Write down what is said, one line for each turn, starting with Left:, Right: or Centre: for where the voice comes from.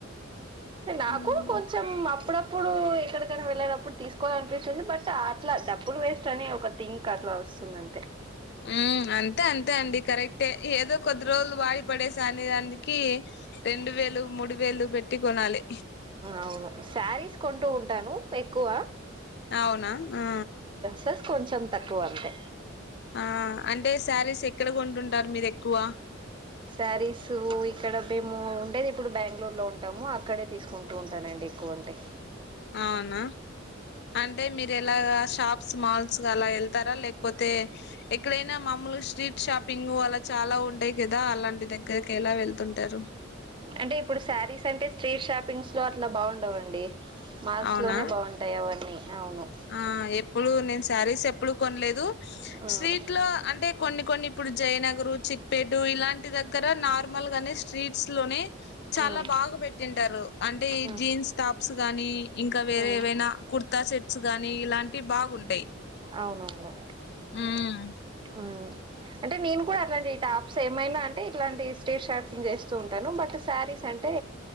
Right: నాకు
Left: ఉమ్
Right: కొంచెం అప్పుడప్పుడు ఎక్కడికైనా వెళ్ళెటప్పుడు తీసుకోవాలనిపిస్తుంది బట్ అట్లా డబ్బులు వేస్ట్ అనే ఒక థింక్ అట్లా వస్తుంది అంతే
Left: ఉమ్ అంతే అంతే అండి కరెక్టే ఏదో కొద్ది రోజులు వాడి పడే కాని అందుకే రెండు వేలు మూడు వేలు పెట్టి కొనాలి
Right: అవును శారీస్ కొంటూ ఉంటాను ఎక్కువ
Left: అవునా ఆ
Right: తస్ కొంచెం తక్కువ అంతే
Left: ఆ అంటే శారీస్ ఎక్కడ కొంటుంటారు మీరు ఎక్కువ
Right: శారీస్ ఇక్కడ మేము ఉండేది ఇప్పుడు బెంగళూరు లో ఉంటాము అక్కడే తీసుకుంటూ ఉంటానండి ఎక్కువ ఉంటాయి
Left: అవునా అంటే మీరు ఎలాగా షాప్స్ మాల్స్ అలా యెళ్తారా లేకపోతే ఎక్కడైనా మమ్మూలు స్ట్రీట్ షాపింగ్ అలా చాలా ఉంటాయి కదా అలాంటి దగ్గరికి ఎలా వెళ్తుం టారు
Right: అంటే ఇప్పుడు శారీస్ అంటే స్ట్రీట్ షాపింగ్స్ లో అట్లా బాగుండవండి మాల్స్
Left: అవునా
Right: లోనే బాగుంటాయి అవన్నీ అవును
Left: ఆ ఎప్పుడు నేను శారీస్ ఎప్పుడు కొనలేదు
Right: ఉమ్,
Left: స్ట్రీట్ లో అంటే కొన్ని కొన్ని ఇప్పుడు జయనగరు చిక్పేటు ఇలాంటి దగ్గర నార్మల్ గానే స్ట్రీట్స్ లోనే చాలా
Right: ఉమ్,
Left: బాగా పెట్టింటారు అంటే
Right: ఉమ్.
Left: జీన్స్ టాప్స్ గాని ఇంకా వేరే
Right: ఉమ్
Left: ఏవైనా కుర్తా సెట్స్ గానీ ఇలాంటివి బాగుంటాయి
Right: అవునవును
Left: హ్మ్.
Right: ఆ అంటే నేను కూడా అట్లాంటి టాప్స్ ఏమైనా అంటే ఇట్లాంటి స్టేజ్ షాపింగ్ చేస్తూ ఉంటాను బట్ శారీస్ అంటే